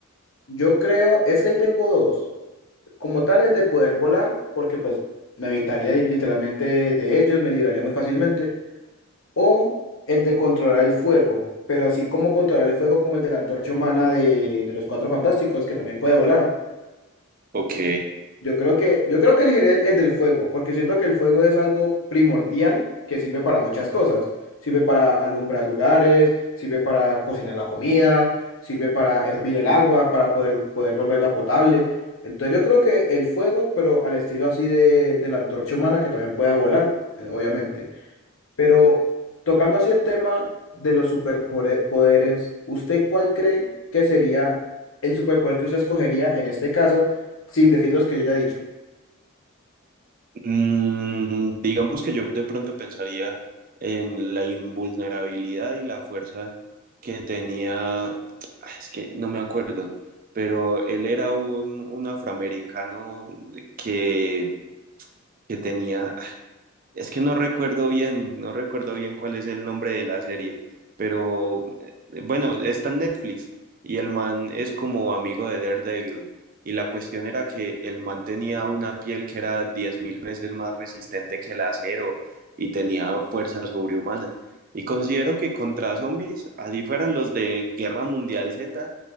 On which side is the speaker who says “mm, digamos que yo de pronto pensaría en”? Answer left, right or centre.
Right